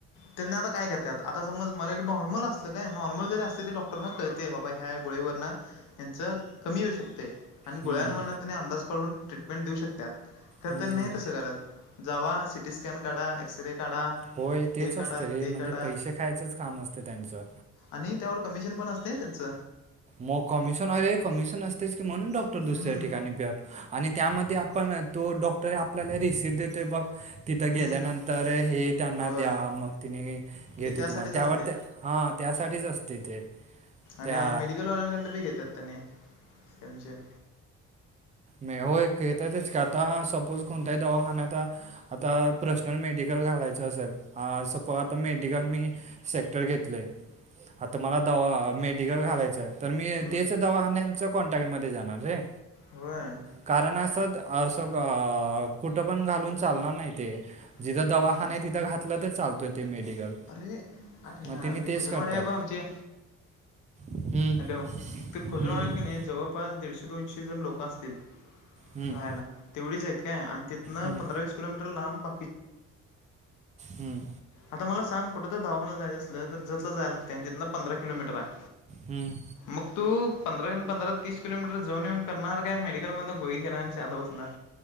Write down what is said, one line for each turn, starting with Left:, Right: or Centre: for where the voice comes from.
Left: त्यांना आता काय करतात आता समज मला एक नॉर्मल असलं काय नॉर्मल जरी असते तरी डॉक्टांना कळते आहे बाबा ह्या गोळेव् ना हच कमी येऊ शकते आणि गोळ्यानम
Right: हम्म.
Left: त्यांने अंदाज काढून ट्रीटमेंट देऊ शकतात खरं
Right: हम्म.
Left: तररी
Right: हम्म.
Left: नाही तसं घरात जावा सि टी स्कॅन काढा एक्सरे काढा
Right: होय तेच
Left: हे काढा
Right: असत रे
Left: ते
Right: म्हणजे
Left: काढा
Right: पैसे खायचंच काम असतं त्यांचं
Left: आणि त्यावर कमिशन पण असते त्यांच
Right: मग कमिशन वर कमिशन असतेच की म्हणून डॉक्टर
Left: हम्म,
Right: दुसऱ्या ठिकाणी भे आणि त्यामध्ये पण तो डॉक्टर आपल्याला रिसट देतोय बघ तिथं
Left: हम्म.
Right: गेल्यानंतर हे त्यांना
Left: होय
Right: द्या मग तिने घेते
Left: ते त्यासाठीच
Right: तुम्हाला
Left: असते
Right: त्यावर त्या हा त्यासाठीच असते ते त्या
Left: आणि मेडिकल ऑनंकड बी घेतात त्यांनी कमिशन
Right: म होयेतातच का आता सपोज कोणताही दवाखान्याचा आता पर्सनल मेडिकल घालायचं असेल सपो आता मेडिकल मी सेक्टर घेतलय आता मला दवा मेडिकल घालायच आहे तर मी
Left: हम्म,
Right: तेच दवाखान्याच कॉन्टॅक्टमध्येध्ये जाणार र
Left: होय
Right: कारण असं असं कुठं पण घालून चालणार नाही ते जिथं
Left: हम्म.
Right: दवाखा नाही आहे तिथं घातलं तर चालतोय ते मेडिकल
Left: अरे आठ
Right: मग त्यांनी तेच
Left: खुजनवाड्या
Right: करतात
Left: आहे ब आमचे
Right: हम्म,
Left: हॅलो ते खोजून
Right: हम्म,
Left: ऑढत
Right: हम्म,
Left: की नाही जवळपास दीशे दोनशे जण लोक असतात
Right: हम्म,
Left: राहायला तेवढीच आहेत काय आणि तिथनं
Right: हम्म,
Left: पंधरा वीस किलोमीटर लांब
Right: हम्म,
Left: आता म सांग कुठ ध जाच अस तर ज जाला ते जितना पंरा किलोमीटर आहे
Right: हम
Left: मग तू पंधरा पंधरा तीस किलोमीटर जाऊन येऊन करणार काय मेडिकल मध गोळी खेरा आणिांदा बसणार